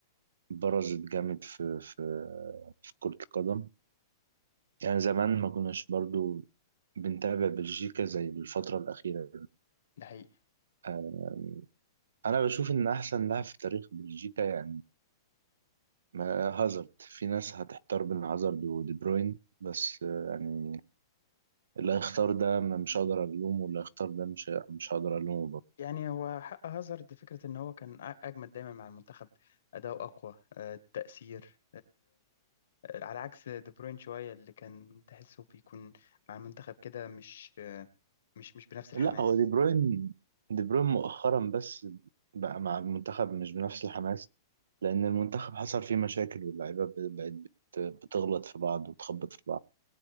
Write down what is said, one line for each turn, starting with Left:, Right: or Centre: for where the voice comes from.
Right: برزت جامد في في في كرة القدم يعني زمان ما كناش برضو بنتابع بلجيكا زي الفترة الأخيرة دي.
Left: ده حقيقي
Right: آه، أنا بشوف إن أحسن لاعب في تاريخ بلجيكا يعني ما- هازارد في ناس هتحتار بين هازارد ودي بروين بس آه، يعني اللي هيختار ده ما- مش هقدر ألومه واللي هيختار ده مش مش هقدر ألومه
Left: يعني هو حق هازارد فكرة إن هو كان أ- أجمد دايما مع المنتخب أداؤه أقوى آه، التأثير على عكس دي بروين شوية اللي كان تحسه بيكون مع المنتخب كده مش مش مش بنفس الحماس
Right: لا هو دي بروين دي بروين مؤخرا بس بقى مع المنتخب مش بنفس الحماس لأن المنتخب حصل فيه مشاكل واللعيبة ب- بقت بت- بتغلط في بعض وتخبط في بعض